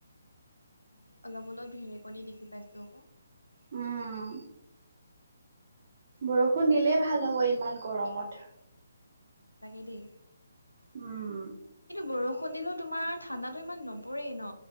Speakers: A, on the left; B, on the right.
A: মানে অলপ অলপ ধেৰেকণী দেখি পাইছো আকৌ।
B: উম। বৰষুণ দিলেই ভাল হ'ব ইমান গৰমত।
A: তাকে দেই।
B: উম।
A: কিন্তু বৰষুণ দিলেও তোমাৰ ঠাণ্ডাটো ইমান নপৰেই ন।